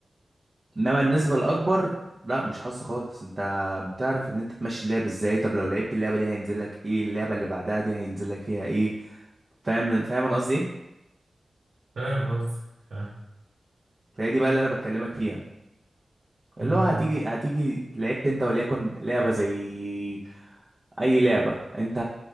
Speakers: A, on the right; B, on the right.
A: انما النسبه الاكبر لا مش حظ خالص انت بتعرف ان انت تمشي اللعب ازاي طب لو لعبت اللعبه دي هينزل لك ايه اللعبه اللي بعدها دي هينزل لك فيها ايه فاهم فاهم انا قصدي ايه
B: فاهم قصدي فاهم
A: فهي دي بقى اللي انا بكلمك فيها اللي
B: مم.
A: هو هتيجي هتيجي لعبت انت وليكن لعبه زي اي لعبه انت